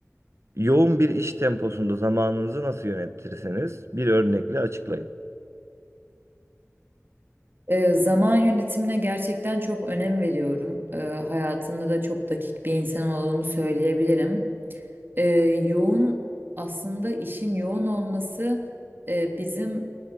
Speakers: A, on the right; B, on the right.
A: Yoğun bir iş temposunda zamanınızı nasıl yönetirseniz bir örnekle açıklayın.
B: E, zaman yönetimine gerçekten çok önem veriyorum. E, hayatımda da çok dakik bir insan olduğumu söyleyebilirim. E, yoğun aslında işin yoğun olması e, bizim